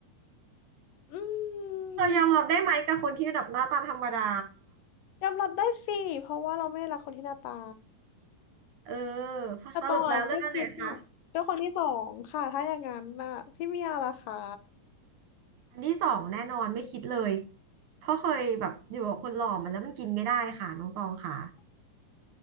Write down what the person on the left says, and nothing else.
อื
มยอมรับได้สิ เพราะว่าเราไม่รักคนที่หน้าตา
แต่ตองอ่ะแค่คิดอยู่ก็คนที่สองค่ะถ้าอย่างนั้นน่ะพี่เมียล่ะคะ